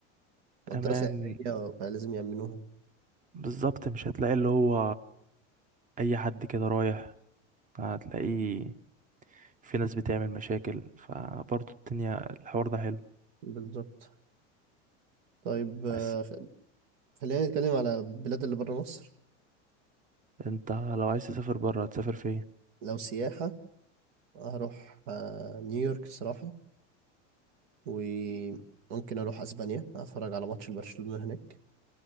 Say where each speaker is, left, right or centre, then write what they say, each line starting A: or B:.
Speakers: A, on the right; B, on the right.
A: منطقة
B: امان
A: سياحية فلازم يأمنوها
B: بالظبط مش هتلاقي اللي هو اي حد كده رايح هتلاقيه في ناس بتعمل مشاكل فبرضو الدنيا الحوار ده حلو
A: بالظبط طيب آه،
B: بس
A: خ- خلينا نتكلم على بلاد اللي بره مصر
B: انت لو عايز تسافر بره هتسافر فين
A: لو سياحة هروح آه، نيويورك الصراحة وممكن أروح أسبانيا أتفرج على ماتش البرشلونة هناك